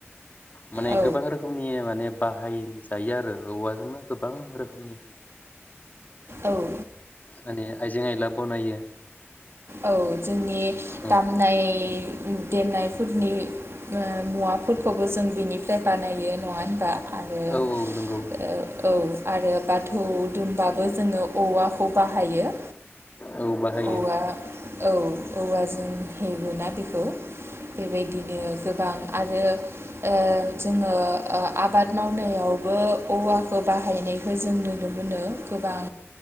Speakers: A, on the left; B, on the right.
A: माने
B: औ
A: गोबां रोखोमनि माने बाहाय जायो आरो औवाजोंनो गोबां रोखोमनि।
B: औ औ।
A: माने आइजें आयला बनायो।
B: औ जोंनि
A: औ
B: दामनाय देनायफोरनि ओ मुवाफोरखौबो जों बेनिफ्राय बानायो। नङा होनबा? आरो
A: औ औ नंगौ
B: ओ औ आरो बाथौ दुमबाबो जोङो औवाखौ बाहायो
A: औ बाहायो
B: औवा औ औवा जों हेबोना बेखौ बेबायदिनो। गोबां आरो ओ जोङो ओ आबाद मावनायावबो औवाखौ बाहायनायखो जों नुनो मोनो गोबां।